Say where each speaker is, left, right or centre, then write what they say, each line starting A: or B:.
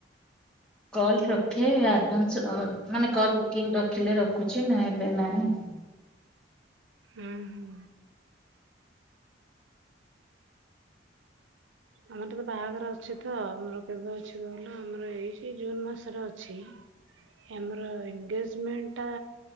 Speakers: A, in the centre; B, on the right.
A: କଲ ରଖେ ଆଡଭାନ୍ସ ମାନେ କଲ ବୁକିଂ ରଖିଲେ ରଖୁଛି ଛି ନହେଲେ ନାଇଁ
B: ହୁଁ ହୁଁ ଆମର ତ ବାହାଘର ଅଛି ତ ଆମର କେବେ ଅଛି ତ କହିଲ ଆମର ଏଇ ଜୁନ ମାସରେ ଅଛି। ଆମର ଏନଗେଜମେଣ୍ଟ ଟା